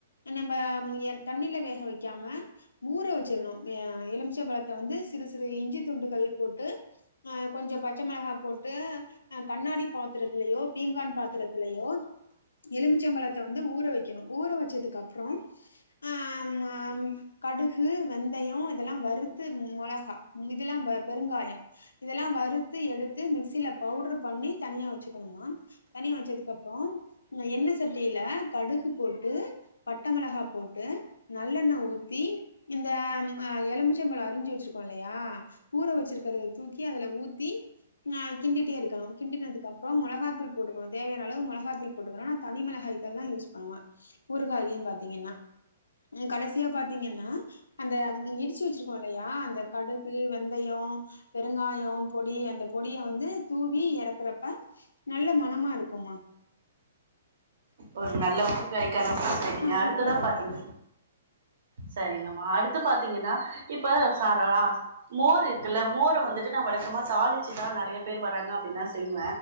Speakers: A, on the left; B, on the right.
A: நம்ம தண்ணில வேக வைக்காம ஊற வெச்சிருணு எலுமிச்ச பழத்த வந்து சிறுசு சிறு இஞ்சி துண்டுகள் போட்டு கொஞ்சோ பச்ச மிளகா போட்டு கண்ணாடி பாத்திரத்துலயோ பீங்கான் பாத்திரத்திலயோ எலுமிச்சம்பழத்த வந்து ஊற வெக்கணு ஊற ஊற வெச்சதுக்குப்பறோ அ ம் கடுகு வெந்தயோ இதெல்லா வறுத்து மொளகா இதெல்லா பெருங்காயோ இதெல்லா வறுத்து எடுத்து மிக்சில பவுடர் பண்ணி தனியா வெச்சுக்கணுமா தனியா வெச்சதுக்கு அப்புறோ எண்ணெ சட்டியில கடுகு போட்டு பட்ட மிளகா போட்டு நல்லெண்ண ஊத்தி இந்த எலுமிச்சம்பழோ அரிஞ்சு வெச்சிருக்கோல்ல இல்லையா ஊற வெச்சிருக்கிறத தூக்கி அதுல ஊத்தி கிண்டிட்டே இருக்கணு கிண்டினதுக்குப்புறோ மோளகாத்தூள் போட்டுக்கணு தேவயான அளவு மோளகாத்தூள் போட்டுக்கணு நா தனி மிளகாயத்தூள்தா யூஸ் பண்ணுவ ஊருகாயனு பாத்தீங்கன்னா கடைசியா பாத்தீங்கன்னா அந்த இடிச்சு வெச்சிருக்கோல்லயா கடுகு வெந்தயோ பெருங்காயோ பொடி அந்த பொடிய வந்து தூவி இறக்கிறப்ப நல்ல மனமா இருக்குமா
B: ஒரு நல்ல ஊ றுகாய்கான அளவு சொல்லிட்டீங்க அடுத்ததா
A: ஊறுகா பண்றது.
B: பாத்தீங்க சரிங்கம்மா அடுத்து பாத்தீங்கன்னா இப்ப சார மோர் இருக்குல்ல மோர வந்துட்டு நா வழக்கமா தாளிச்சுதா நெறய பேர் வர்ராறங்க அப்படினா செய்வ